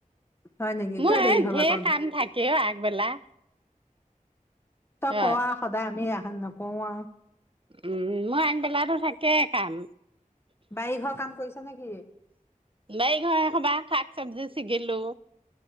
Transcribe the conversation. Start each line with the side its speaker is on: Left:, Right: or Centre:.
Left: হয় নেকি
Right: মোৰ
Left: কিয় দেৰি হ'ল
Right: ঢেৰ
Left: আকৌ
Right: কাম থাকেও আগবেলা
Left: তই
Right: হয়
Left: কৰ সদায় আমি এখন নকোৱা
Right: উম মই আগবেলাটো থাকে কাম
Left: বাৰী ঘৰ কাম কৰিছ নেকি?
Right: বাৰি ঘৰ এখবাহ শাক চবজি ছিগিলো।